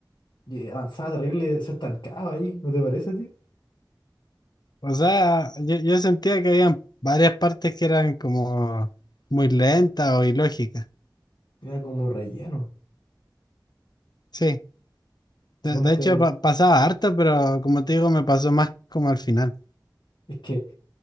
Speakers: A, on the left (about 80°); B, on the left (about 60°).
A: Y avanzaba terrible, se estancaba ahí, ¿no te parece a ti?
B: O sea, yo, yo sentía que habían varias partes que eran como muy lentas o ilógicas.
A: Era como relleno.
B: Sí, de,
A: Suponte.
B: de hecho pa- pasaba harto, pero como te digo, me pasó más como al final.
A: Es que